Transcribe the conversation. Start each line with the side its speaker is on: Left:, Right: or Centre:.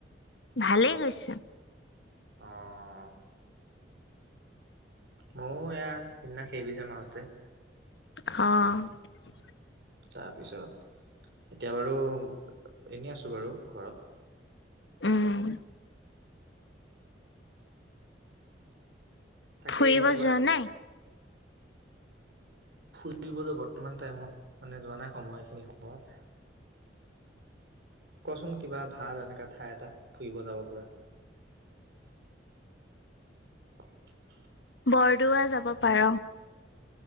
Left: ভালেই গৈছে।
Right: অঁ! মইয়ো এয়া সেইদিনা শেষ হৈছে মাজতে।
Left: অ'!
Right: তাৰপিছত, এতিয়া বাৰু এনে আছোঁ বাৰু ঘৰত।
Left: উম!
Right: তাকে
Left: ফুৰিব
Right: ক'ৰবাত
Left: যোৱা নাই?
Right: ফুৰিবলৈ বৰ্তমান টাইমত মানে, যোৱা নাই, সময় এইখিনি সময়ত।
Left: <inaudible>
Right: কছোন কিবা ভাল এনেকা ঠাই এটা ফুৰিব যাব পৰা? <inaudible>
Left: বৰদোৱা যাব পাৰ।